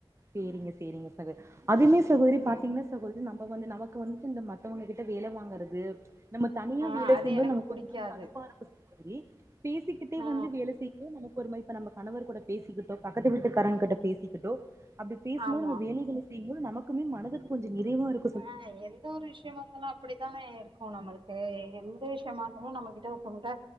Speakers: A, on the right; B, on the right.
A: சேரிங்க சேரிங்க <inaudible> அதுவுமே சகோதரி பாத்திங்கன்னா
B: ஆமா
A: <inaudible> போது நம்ப வந்து நமக்கு வந்துட்டு இந்த மத்தவங்க கிட்ட வேல வாங்கறது நம்ம தனியா
B: ஆ
A: வேல
B: அது
A: செய்யும்போது
B: எனக்கு
A: நமக்கு
B: புடிக்காது
A: ஒரு மாரி கடுப்பா <inaudible> மாரி பேசிக்கிட்டே
B: ஆ
A: வந்து வேல செய் <inaudible> நமக்கு ஒரு மாரி இப்ப நம்ப கணவர் கூட பேசிக்கிட்டோ பக்கத்து வீட்டுக்காரங் கிட்ட பேசிக்கிட்டோ அப்படி பேசும்போது
B: ஆமா
A: நம்ம வேலைகள செய்யும் போது நமக்குமே மனதுக்கு கொஞ்சோ நிறைவா இருக்
B: ஆ எந்த ஒரு விஷயமா இருந்தாலு அப்படித்தானே இருக் இப்போ நம்மளுக்கே எந்த விஷயமா இருந்தாலு நம்ம கிட்ட ஒருத்தங்கிட்ட